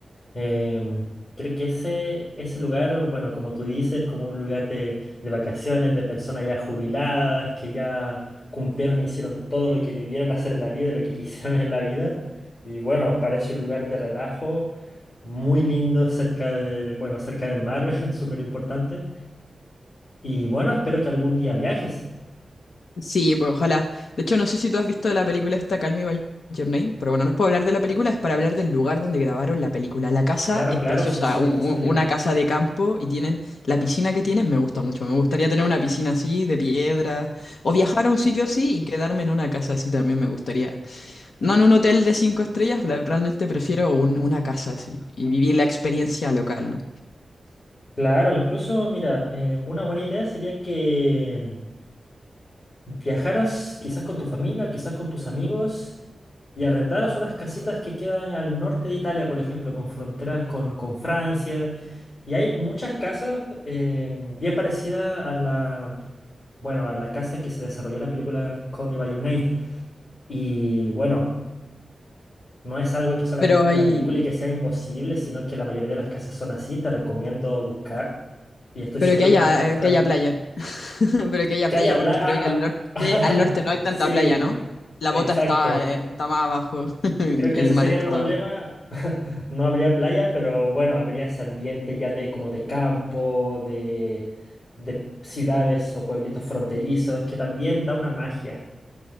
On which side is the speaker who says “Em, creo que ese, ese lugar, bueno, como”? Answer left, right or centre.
Left